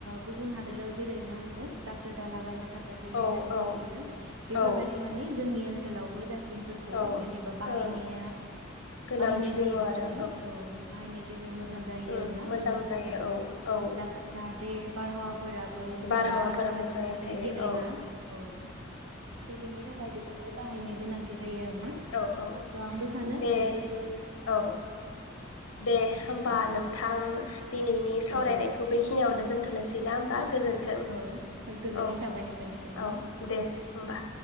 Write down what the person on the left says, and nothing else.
औ
औ
औ
औ
ओं गोनांथि
दङ आरो
उम
मोजां
जायो
औ औ
बारहावाफोरा
मोजाङै
थायो
औ
औ औ
दे
औ दे होमबा नोंथां दिनैनि सावरायनायखौ
बेखिनियावनो। दोनथ'नोसै ना होनोमबा। गोजोन्थों
औ
औ दे होमबा।